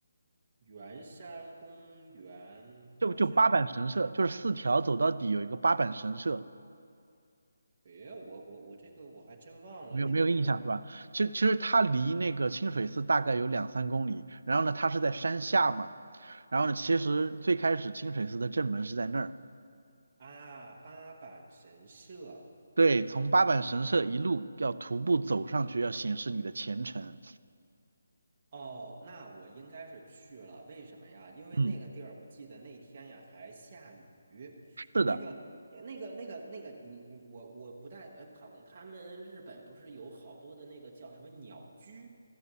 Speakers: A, on the right; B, on the right.
A: 圆山公园好像，
B: 就就八坂神社，就是四条走到底有一个八坂神社，
A: 诶，我我我这个我还真忘了那个地儿
B: 没有没有印象是吧？其实其实它离那个清水寺大概有两三公里，然后呢，它是在山下嘛，然后呢，其实最开始清水寺的正门是在那儿，
A: 啊，八坂神社。
B: 对，从八坂神社一路要徒步走上去，要显示你的虔诚，
A: 哦，那我应该是去了，为什么呀？因为那个地儿，
B: 嗯。
A: 我记得那天呀还下雨，
B: 是的。
A: 那个。那个、那个、那个，你你我我不太呃，他他们日本不是有好多的那个叫什么鸟居，